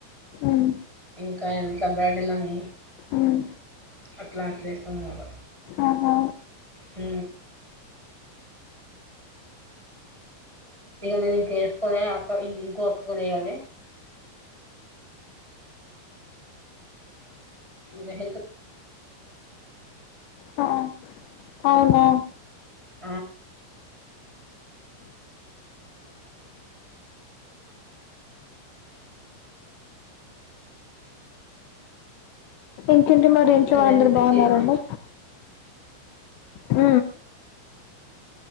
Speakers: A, on the left; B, in the centre.
A: ఉమ్,
B: ఇంకా దబ్రాడలని
A: ఉమ్.
B: అట్లాట్లే వస్తుంది అనమాట
A: ఆహా
B: అ ఇక నేను ఇంక వేసుకోనే అక్క ఇంకో అక్క కూడా వేయాలి మహల్
A: ఆ అవునా
B: హ
A: ఇంకేంటి మరి ఇంట్లో వాళ్ళందరు
B: మెహందీ పిచ్చి
A: బాగున్నారండి
B: చేసా
A: హ